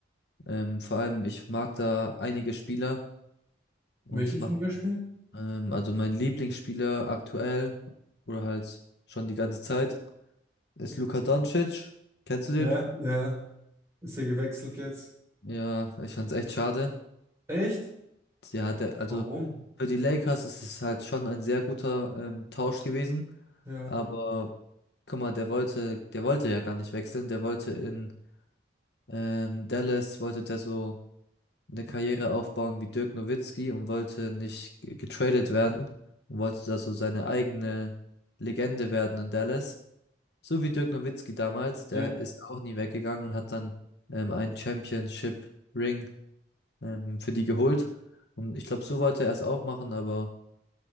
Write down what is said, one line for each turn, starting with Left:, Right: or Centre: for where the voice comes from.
Left: Ähm, vor allem, ich mag da einige Spieler und
Right: Welche
Left: es
Right: zum
Left: macht
Right: Beispiel?
Left: Ähm, also mein Lieblingsspieler aktuell oder halt schon die ganze Zeit ist Luka Doncic. Kennst du den?
Right: Ja, ja, ist ja gewechselt jetzt.
Left: Ja, ich fand's echt schade.
Right: Echt?
Left: Ja, der, also
Right: Warum?
Left: für die Lakers ist es halt schon ein sehr guter ähm, Tausch gewesen.
Right: Ja,
Left: Aber guck mal, der wollte, der wollte ja gar nicht wechseln. Der wollte in ähm, Dallas, wollte der so eine Karriere aufbauen wie Dirk Nowitzki und wollte nicht ge- getradet werden und wollte da so seine eigene Legende werden in Dallas. So wie Dirk Nowitzki damals, der
Right: ja,
Left: ist auch nie weggegangen und hat dann ähm, einen Championship-Ring ähm, für die geholt. Und ich glaube, so wollte er es auch machen, aber